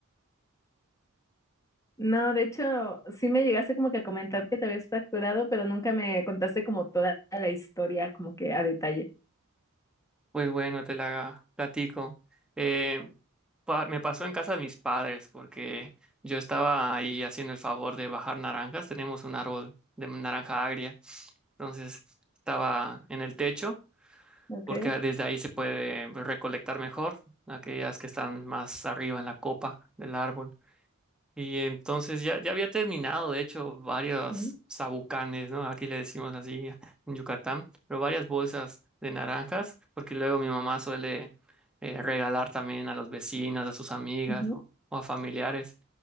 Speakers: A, on the left (about 15°); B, in the centre.
A: No, de hecho, sí me llegaste como que a comentar que te habías fracturado, pero nunca me contaste como toda la historia, como que a detalle.
B: Pues bueno, te la platico. Eh, pa- me pasó en casa de mis padres porque yo estaba ahí haciendo el favor de bajar naranjas. Tenemos un árbol de naranja agria. Entonces estaba en el techo
A: Okay.
B: porque desde ahí se puede recolectar mejor aquellas que están más arriba en la copa del árbol. Y entonces ya, ya había terminado, de hecho, varios
A: ujú,
B: sabucanes, ¿no? Aquí le decimos así en Yucatán, pero varias bolsas de naranjas, porque luego mi mamá suele eh, regalar también a los vecinos, a sus amigas
A: ujú,
B: o, o a familiares.